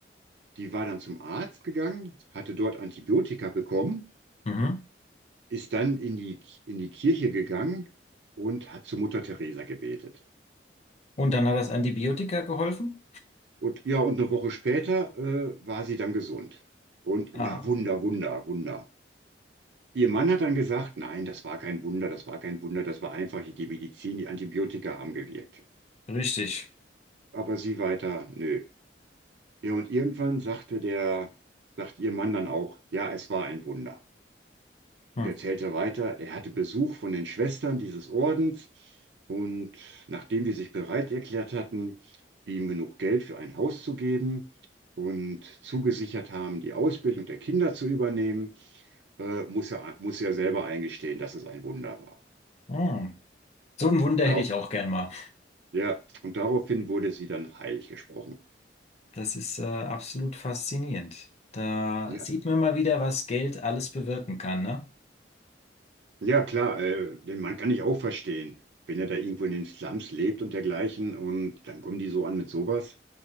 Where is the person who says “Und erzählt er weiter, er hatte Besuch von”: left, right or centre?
Right